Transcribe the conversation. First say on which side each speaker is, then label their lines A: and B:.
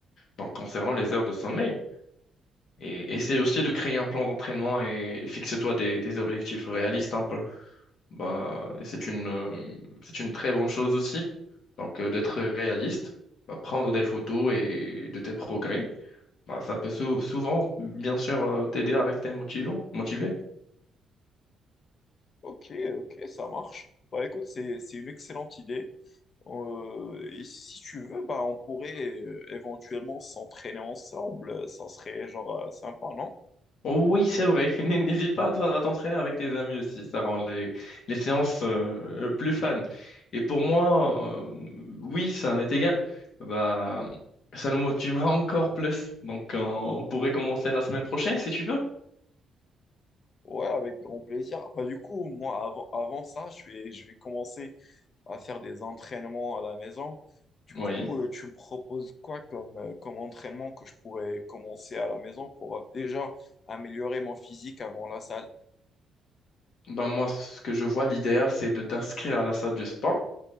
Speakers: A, on the left; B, on the left.
A: donc, concernant les heures de sommeil. Et essaie aussi de créer un plan d'entraînement et fixe-toi des, des objectifs réalistes, hein, Bah, et c'est une, euh, c'est une très bonne chose aussi. Donc, euh, d'être réaliste, bah, prendre des photos et de tes progrès, bah, ça peut sou- souvent, bien sûr, euh, t'aider à rester motivant, motivé.
B: Ok, ok, ça marche. Bah, écoute, c'est, c'est une excellente idée. Euh, et si tu veux, bah, on pourrait euh, éventuellement s'entraîner ensemble. Ça serait genre euh, sympa, non?
A: Oh oui, c'est vrai. <laughs> N- N'hésite pas à à t'entraîner avec tes amis aussi. Ça rend les, les séances euh, plus fun. Et pour moi, euh, oui, ça m'est égal. Bah, ça nous motivera encore plus. Donc, on pourrait commencer la semaine prochaine si tu veux.
B: Ouais, avec grand plaisir. Bah, du coup, moi, avant, avant ça, je vais, je vais commencer à faire des entraînements à la maison. Du
A: Oui.
B: coup, euh, tu me proposes quoi comme, euh, comme entraînement que je pourrais commencer à la maison pour euh, déjà améliorer mon physique avant la salle?
A: Ben moi, ce que je vois, l'idéal, c'est de t'inscrire à la salle du spa.